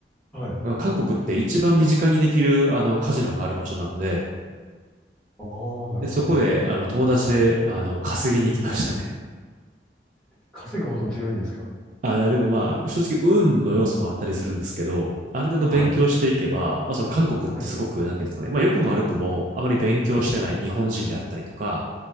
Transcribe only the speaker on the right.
あの、韓国って一番身近にできる、あの、カジノがある場所なので、
で、そこで、あの、友達で、
あの、稼ぎに行きましたね。
あ、でもまあ、正直、運の要素もあったりするんですけど、ある程度勉強していけば、
まあ、その韓国ってすごく、
なんていうんですかね、まあ、良くも悪くも、あまり勉強してない日本人であったりとか、